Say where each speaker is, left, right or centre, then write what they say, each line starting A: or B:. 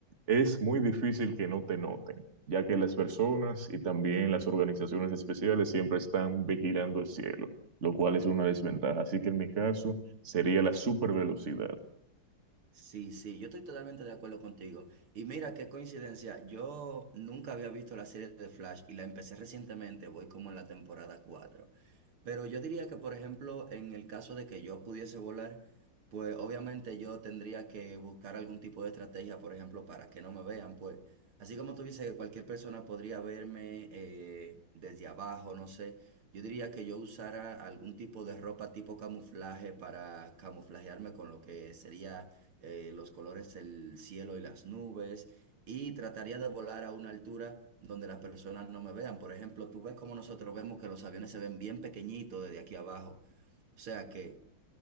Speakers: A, on the right; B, on the right.
A: es muy difícil que no te noten, ya que las personas y también las organizaciones especiales siempre están vigilando el cielo, lo cual es una desventaja. Así que en mi caso sería la supervelocidad.
B: Sí, sí, yo estoy totalmente de acuerdo contigo. Y mira qué coincidencia, yo nunca había visto la serie de Flash y la empecé recientemente, voy como en la temporada 4. Pero yo diría que, por ejemplo, en el caso de que yo pudiese volar, pues obviamente yo tendría que buscar algún tipo de estrategia, por ejemplo, para que no me vean, pues. Así como tú dices que cualquier persona podría verme eh, desde abajo, no sé. Yo diría que yo usara algún tipo de ropa tipo camuflaje para camuflajearme con lo que sería eh, los colores del cielo y las nubes, y trataría de volar a una altura donde las personas no me vean. Por ejemplo, tú ves como nosotros vemos que los aviones se ven bien pequeñitos desde aquí abajo. O sea que